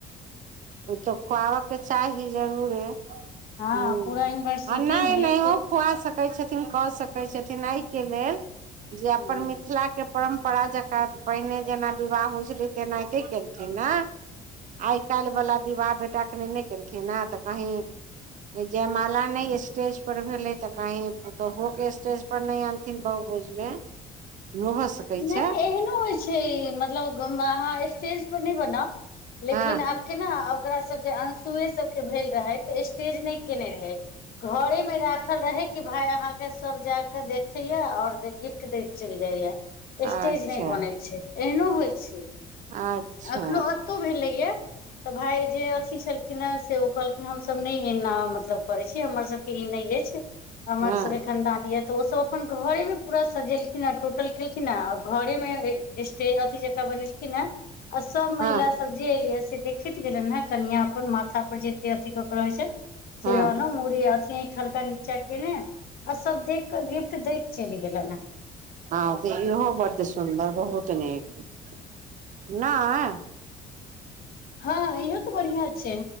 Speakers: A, on the right (about 50°); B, on the left (about 60°).
A: ओ तऽ खुआबऽ के चाही जरूरे
B: हँ
A: हूँ
B: पूरा यूनिवर्सिटी
A: आ नहि
B: मे
A: नहियो
B: ह
A: खुआ सकैत छथिन कऽ सकैत छथिन एहिके लेलऽ जे अपन
B: ह
A: मिथिला के परम्परा जकाँ पहिने जेना विवाह होइ छलै तेना एते केलथिन ने आइ काल्हिवला विवाह बेटाकेने ने केलखिन हे तऽ कही जयमाला ने स्टेज पर भेले तऽ कही पुतोहु के स्टेज पर नहि आनथिन बहु भोज मे भऽ सकै
B: नहि
A: छै
B: एहनो होइत छै मतलब अहा स्टेज पर नहि बनाब
A: हँ
B: लेकिन आब केना ओकरा सभके अंसुए सभके भेल रहै तऽ स्टेज नहि केने रहे घरे मे राखल रहे कि भाय अहाँकेँ सभ जाक देखेय और गिफ्ट दे चलि जाइया
A: अच्छा
B: स्टेज नहि बनै छै एहनो होइ छै।
A: अच्छा
B: एखनोहु एतहु भेलै य तऽ भाय जे अथी छलखिन ह से ओ कहलखिन हमसभ नहि एना मतलब करै छी हमर सभके ई नहि अछि हमर
A: हँ
B: सभके खानदान यए तऽ ओसभ अपन घरे मे पूरा सजेलखिन हे टोटल केलखिन हे घर मे स्टेज अथी जक बनेलखिन ह आ सभ महिला
A: हँ
B: सभ सभ जे एलियै से देखैत गेलन हे कनिया पर माथा पर जते अथी क के रहे छै
A: हँ
B: से रहलो मड़ी अथ हल्का नीच्चा के ने आ सभ देख के गिफ्ट दैत चलि गेलनि हे
A: हँ तऽ इहो बड्ड सुन्दर बहुत नीक नहि
B: हँ औ तऽ बढ़िआ छै